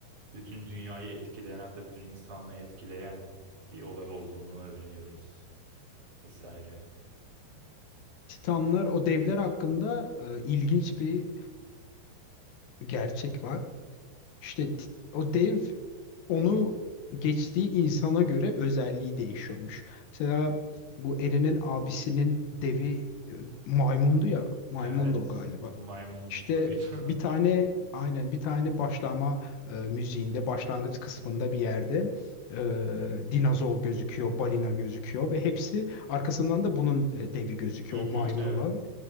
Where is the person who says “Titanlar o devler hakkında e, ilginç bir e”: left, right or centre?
Left